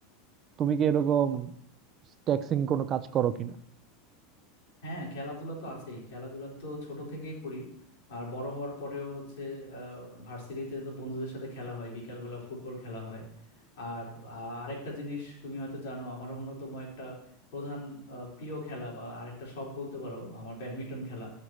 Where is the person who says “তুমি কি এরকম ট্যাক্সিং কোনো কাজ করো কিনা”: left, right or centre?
Right